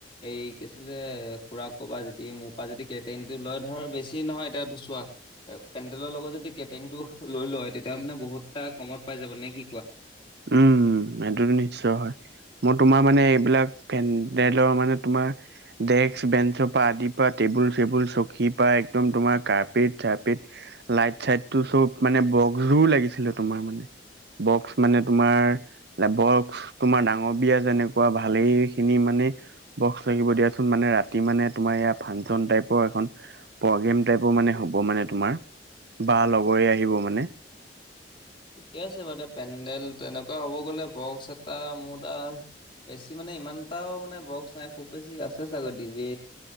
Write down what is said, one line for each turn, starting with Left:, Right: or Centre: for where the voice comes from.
Left: এই কি আছিলে খুৰাক ক'বা যে মোৰপা যদি কেটেৰিংটো লয় ধৰ বেছি নহয় এতিয়া এটো চোৱা পেণ্ডেলৰ লগত যদি কেটাৰিংটো লৈ লয়। তেতিয়া মানে বহুত এটা কমত পাই যাব নে কি কোৱা?
Right: উম, এইটোতো নিশ্চয়, হয় মই তোমাৰ মানে এইবিলাক ভেনটেলৰ মানে তোমাৰ ডেস্ক, বেঞ্চৰ পৰা আদিৰ পৰা টেবুল চেবুল চকীৰ পৰা একদম তোমাৰ কাৰ্পেট চাৰ্পেট লাইট চাইটো চব মানে বক্সযোৰ লাগিছিলে তোমাৰ মানে বক্স মানে তোমাৰ বক্স তোমাৰ ডাঙৰ বিয়া যেনেকুৱা ভালেই খিনি মানে বক্স লাগিব দিয়াচোন মানে ৰাতি মানে তোমাৰ এইয়া ফাংচন টাইপৰ এখন প্ৰগ্ৰেম টাইপৰ মানে হ'ব মানে তোমাৰ। বা লগৰীয়া আহিব মানে।
Left: ঠিকে আছে বাৰু পেণ্ডেল তেনেকুৱা হ'ব গ'লে বক্স এটা মোৰ তাত বেছি মানে ইমানটাও মানে বক্স নাই, খুব বেছি আছে চাগৈ ডি জে